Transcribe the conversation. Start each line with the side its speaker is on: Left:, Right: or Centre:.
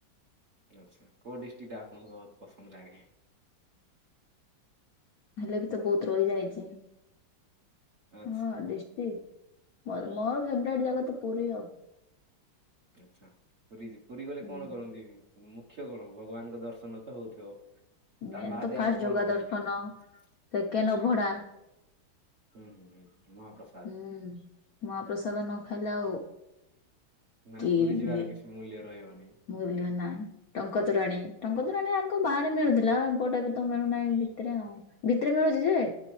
Right: ଆଚ୍ଛା କୋଉ ଡିଷ୍ଟ୍ରିକ୍ଟା ଆପଣଙ୍କୁ ବହୁତ ପସନ୍ଦ ଲାଗେ?
Left: ହେଲେ ବି ତ ବହୁତ ରହିଯାଇଛି
Right: ଆଚ୍ଛା।
Left: ହଁ ଡିଶ ଟି ମୋ ମୋର ଫେବରାଇଟ ଜାଗା ତ ପୁରୀ ଆଉ।
Right: ଆଚ୍ଛା ପୁରୀ ପୁରୀ ଗଲେ
Left: ହୁଁ।
Right: କଣ କରନ୍ତି ମୁଖ୍ୟ କଣ ଭଗବାନଙ୍କ ଦର୍ଶନ ତ ହଉଥିବ।
Left: ମେନ୍
Right: ତା ବାଦ
Left: ତ ଫାଷ୍ଟ
Right: ଆଉ କଣ
Left: ଜଗା
Right: ଭଲ
Left: ଦର୍ଶନ
Right: ଲାଗେ
Left: ସେକେଣ୍ଡ
Right: ଆଛା।
Left: ଅଭଡା
Right: ହୁଁ ହୁଁ ହୁଁ ମହାପ୍ରସ
Left: ହୁଁ ମହାପ୍ରସାଦ ନ ଖାଇଲେ ଆଉ
Right: ମାନେ
Left: କି
Right: ପୁରୀ ଯିବାର
Left: ଇଏ
Right: କିଛି ମୂଲ୍ୟ ରହିବନି।
Left: ମୂଲ୍ୟ ନାହିଁ ଟଙ୍କ ତୋରାଣୀ ଟଙ୍କ ତୋରାଣୀ ଆ ଙ୍କ ବାହାରେ ମିଳୁଥିଲା ଏପଟେ ବି ତ ମିଳୁନାହିଁ ଭିତରେ ଆଉ ଭିତରେ ମିଳୁଛି ଯେ